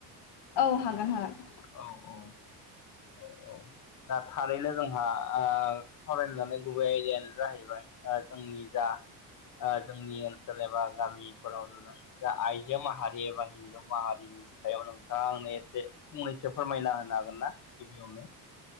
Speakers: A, on the left (about 70°); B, on the left (about 45°).
A: औ हागोन हागोन
B: औ औ औ औ दा थारैनो जोंहा सावरायनो लानाय गुबै आयदायानो जाहैबाय ओ जोंनि जा ओ जोंनि ओनसोल एबा गामिफोराव नुनाय जा आइजो माहारि एबा हिजाव माहारिनि नि सायाव नोंथाङा आंनो एसे फंनैसो फोरमायना होनो हागोन ना गिबियावनो